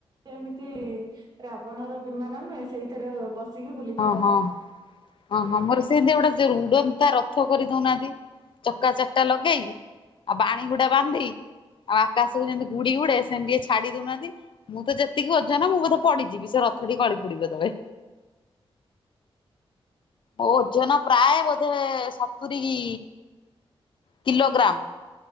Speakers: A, on the right (about 45°); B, on the left (about 55°).
A: ଏମିତି ରାବଣର ବିମାନ ନୁହେଁ ସେଇଥିର ବସିକି ବୁଲା
B: ହଁ ହଁ। ଓହୋ ମୋର ସେନ୍ତି ଗୋଟେ ରୁଡନ୍ତା ରଥ କରି ଦଉନାହାନ୍ତି ଚକା ଚାରିଟା ଲଗେଇକି ଆଉ ବାଣୀ ଗୁଡା ବାନ୍ଧି ଆଉ ଆକାଶକୁ ଯେମିତି ଗୁଡି ଗୁଡେ ସେମିତି ଟିକେ ଛାଡି ଦଉନାହାନ୍ତି। ମୁଁ ତ ଯେତିକି ଓଜନ ମୁଁ ବଧେ ପଡିଯିବି ସେ ରଥଟି କଳି ପଡିବ ତଳେ। ଓଜନ ପ୍ରାୟ ବୋଧେ ସତୁରୀ କି କିଲୋଗ୍ରାମ।